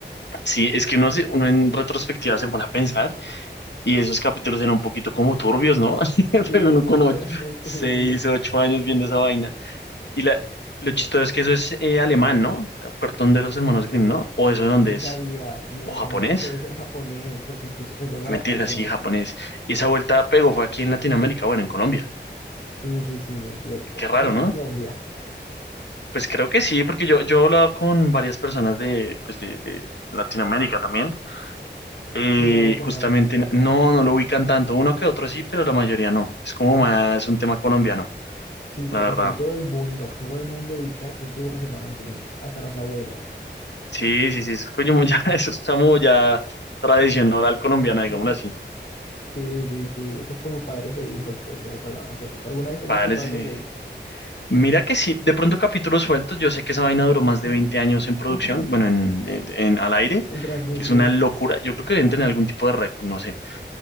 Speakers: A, on the left; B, on the left.
A: Sí, es que uno, se- uno en retrospectiva se pone a pensar y esos capítulos eran un poquito como turbios, ¿no? <laughs>
B: Sí,
A: Pero
B: algunos
A: uno con ocho,
B: eran muy turbios.
A: seis, ocho años viendo esa vaina. Y la, lo chistoso es que eso es eh, alemán, ¿no? Cartón de los hermanos Grimm, ¿no? ¿O eso de dónde
B: No sabía,
A: es?
B: no,
A: ¿O japonés?
B: no, no, eso debe ser japonés, porque escucha- recuerda
A: Mentira,
B: la canción.
A: sí, japonés. Y esa vuelta pegó fue aquí en Latinoamérica, bueno, en Colombia.
B: Sí, sí, sí, es cierto.
A: Qué raro,
B: Solo en
A: ¿no?
B: Colombia
A: Pues creo que sí, porque yo, yo he hablado con varias personas de, pues de, de Latinoamérica también. Eh,
B: y no lo conocen.
A: justamente no, no lo ubican tanto, uno que otro sí, pero la mayoría no. Es como más un tema colombiano,
B: Sí, porque
A: la verdad.
B: aquí todo el mundo, todo el mundo ubica cuentos de los hermanos Grimm, hasta las abuelas.
A: Sí, sí, sí, eso es como ya, <laughs> eso es como ya tradición oral colombiana, digámoslo
B: Eh,
A: así.
B: Sí, sí, sí, eso es como padres e hijos, pues, de lo que hablábamos ahorita. ¿Alguna vez se
A: Padres,
B: viste padres
A: eh.
B: e hijos?
A: Mira que sí, de pronto capítulos sueltos, yo sé que esa vaina duró
B: Ujú.
A: más de 20 años en producción,
B: <laughs>
A: bueno, en, en en- al aire,
B: En transmisión,
A: que es una locura. Yo creo que deben tener algún tipo de récord, no sé.